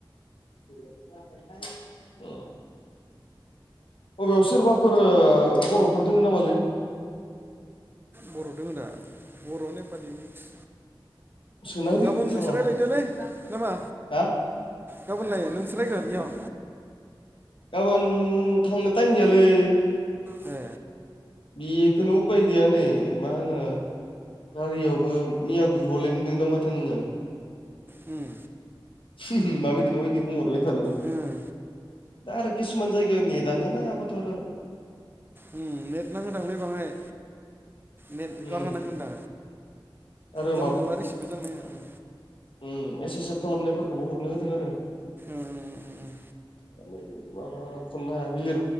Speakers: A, on the left (about 75°); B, on the right (about 25°).
A: <unintelligible> बबेयाव सोरबाफोर ओ बर'फोर दङ नामालै?
B: बर' दोङोदा? बर', नेपालि मिक्स।
A: सोना होदो
B: गाबोन नोंसोर
A: साला
B: रालायहैदोलै ना मा?
A: हा
B: गाबोनलाय नोंसोर रायगोन एवाव
A: गाबोन थांनो टाइम गैयालै।
B: ए।
A: बेखोनो उफाय गैया नै मा होनो गारियावबो मिया ग्रुबावलाय नुदों दा माथो नोङो।
B: ओम।
A: <unintelligible> माबायदि माबायदि बुंहरबाय थानाय?
B: उम
A: दा आरो किसुमान जायगायाव नेदानो नांआबाथ' आरो
B: ओम नेट नांङोदांलै बाङाय। नेट
A: उम
B: <unintelligible> नांगोन दा
A: आरो
B: जानला मोनला रिसिभबो जानो नागेरा।
A: ओं एसे सेफ खालामनायफोरखौबो हरनो होदों आरो।
B: ओं ओं ओं
A: <unintelligible> माबा खननो हायाखै लिर